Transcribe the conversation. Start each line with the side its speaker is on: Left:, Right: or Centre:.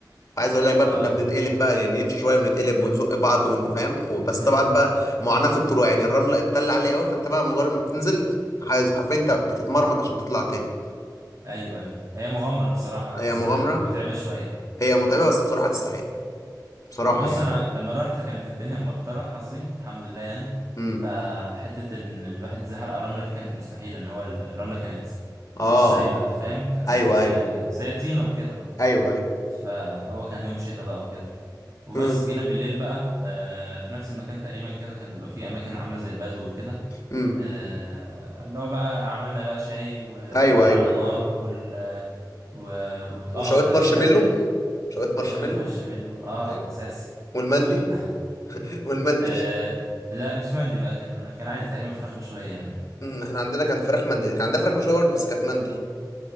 Left: عايز اقول لك بقى
Right: اه
Left: كنا بنتقلب بقى يعني نمشي شويه ونتقلب ونزق بعض ون- فاهم وبس
Right: <laughs>
Left: طبعا بقى معاناه في الطلوع يعني الرمله اتل عليه قوي فانت بقى مجرد ما بتنزل عايز حرفيا انت بتتمرمط عشان تطلع تاني
Right: ايوه ايوه هي مغامرة بصراحة
Left: هي
Right: بس
Left: مغامره
Right: آه متعبة شوية
Left: هي متعبه بس بصراحه تستحق بصراحه
Right: آه بص
Left: يعني
Right: انا لما رحت كانت الدنيا مطرة حظي الحمد لله يعني
Left: امم
Right: فحتة ان الواحد يزحل على الرملة دي كانت مستحيلة ان هو ال- الرملة كانت
Left: اه
Right: مش سايبة انت فاهم؟ كان
Left: ايوه
Right: في
Left: ايوه
Right: آه، زي طينة وكده بقى
Left: ايوه
Right: فهو كان يوم شتاء بقى وكده وبس
Left: ايوه
Right: جينا بالليل بقى آه في نفس المكان تقريبا كده كان بيبقى فيه اماكن عاملة زي البدو وكده
Left: امم
Right: آه، اللي هو بقى عملنا بقى شاي وولعنا
Left: ايوه ايوه
Right: نار وال و... وت-
Left: وشوية
Right: اه وتعشينا
Left: مارشميلو
Right: هناك
Left: شوية
Right: وشوية
Left: مارشميلو
Right: مارشميلو اه
Left: ايوه
Right: اساسي
Left: والمندي
Right: اصول <laughs>
Left: <laughs> والمندي
Right: آه لا مش مندي بقى كان كان عادي تقريبا فراخ مشوية يعني
Left: امم احنا عندنا كان فراخ مندي كان عندنا فراخ مشوية برضه بس كانت مندي